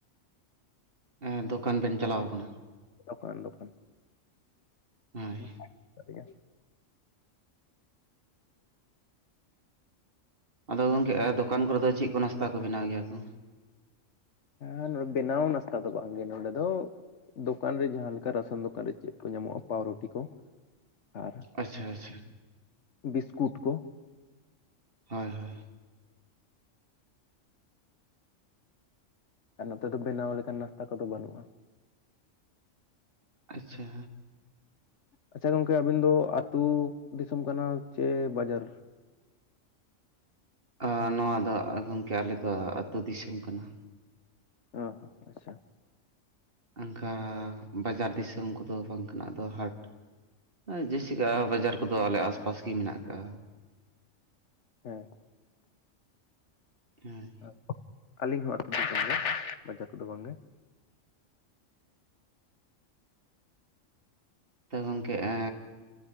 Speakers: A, on the right; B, on the left.
A: ᱮᱸ ᱫᱚᱠᱟᱱ ᱵᱮᱱ ᱪᱟᱞᱟᱣ ᱠᱟᱱᱟ?
B: ᱫᱚᱠᱟᱱ ᱫᱚᱠᱟᱱ
A: ᱦᱳᱭ᱾
B: <inaudible>
A: ᱟᱫᱚ ᱜᱚᱝᱠᱮ ᱟ ᱫᱚᱠᱟᱱ ᱠᱚᱨᱮ ᱫᱚ ᱪᱮᱜ ᱠᱚ ᱱᱟᱥᱛᱟ ᱠᱚ ᱵᱮᱱᱟᱣ ᱜᱮᱭᱟ ᱠᱚ?
B: ᱟ ᱱᱚᱰᱮ ᱵᱮᱱᱟᱣ ᱱᱟᱥᱛᱟ ᱫᱚ ᱵᱟᱝ ᱜᱮ ᱱᱚᱰᱮ ᱫᱚ ᱫᱚᱠᱟᱱ ᱨᱮ ᱡᱟᱦᱟᱸ ᱞᱮᱠᱟ ᱨᱟᱥᱚᱱ ᱫᱚᱠᱟᱱ ᱨᱮ ᱪᱮᱫ ᱠᱚ ᱧᱟᱢᱚᱜᱼᱟ ᱯᱟᱣᱨᱩᱴᱤ ᱠᱚ᱾ ᱟᱨ,
A: ᱟᱪᱪᱷᱟ ᱟᱪᱪᱷᱟ
B: ᱵᱤᱥᱠᱩᱴ ᱠᱚ᱾
A: ᱦᱳᱭ ᱦᱳᱭ᱾
B: ᱟᱨ ᱱᱚᱛᱮ ᱫᱚ ᱵᱮᱱᱟᱣ ᱞᱮᱠᱟᱱ ᱱᱟᱥᱛᱟ ᱠᱚᱫᱚ ᱵᱟᱹᱱᱩᱜᱼᱟ᱾
A: ᱟᱪᱪᱷᱟ᱾
B: ᱟᱪᱪᱷᱟ ᱜᱚᱝᱠᱮ ᱟᱹᱵᱤᱱ ᱫᱚ ᱟᱹᱛᱩ ᱫᱤᱥᱚᱢ ᱠᱟᱱᱟ ᱪᱮ ᱵᱟᱡᱟᱨ?
A: ᱟᱸ ᱱᱚᱣᱟ ᱫᱚ ᱜᱚᱝᱠᱮ ᱟᱞᱮ ᱫᱚ ᱟᱹᱛᱩ ᱫᱤᱥᱚᱢ ᱠᱟᱱᱟ᱾
B: ᱚᱸᱦᱚ ᱟᱪᱪᱷᱟ᱾
A: ᱚᱱᱠᱟ ᱵᱟᱡᱟᱨ ᱫᱤᱥᱚᱢ ᱠᱚᱫᱚ ᱵᱟᱝ ᱠᱟᱱᱟ ᱟᱫᱚ ᱦᱟᱴ ᱮᱸ ᱡᱮᱥᱮᱠᱟ ᱵᱟᱡᱟᱨ ᱠᱚᱫᱚ ᱟᱞᱮ ᱟᱥᱯᱟᱥ ᱜᱮ ᱢᱮᱱᱟᱜ ᱠᱟᱜᱼᱟ᱾
B: ᱦᱮᱸ᱾
A: ᱦᱳᱭ᱾
B: ᱟ ᱟᱹᱞᱤᱧ ᱦᱚᱸ ᱟᱹᱛᱩ ᱫᱤᱥᱚᱢ ᱜᱮ ᱵᱟᱡᱟᱨ ᱠᱚᱫᱚ ᱵᱟᱝ ᱜᱮ᱾
A: ᱛᱚ ᱜᱚᱝᱠᱮ ᱮᱻ